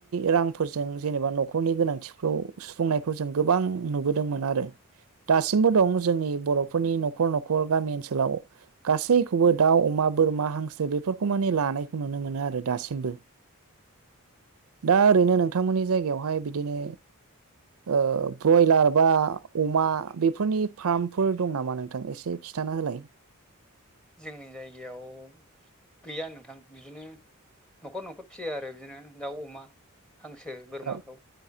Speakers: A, on the right; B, in the centre.
A: रांफोरजों जेनेबा न'खरनि गोनांथिखौ सुफुंनायखौ जों गोबां नुबो दोंमोन आरो। दासिमबो दं जोंनि बर'फोरनि न'खर न'खर गामि ओनसोलाव गासैखौबो दाउ, अमा बोरमा, हांसो बेफोरखौ मानिे लानायखौ नुनो मोनो आरो दासिमबो।
B: <inaudible>
A: दा ओरैनो नोंथांमोननि जायगायावहाय बिदिनो ओ ब्रयलार बा अमा बेफोरनि फार्मफोर दं नामा नोंथां एसे खिथाना होलाय।
B: जोंनि जायगायाव गैया नोंथां बिदिनो न'खर न'खर फिसियो आरो बिदिनो दाउ, अमा हांसो, बोरमाखौ
A: औ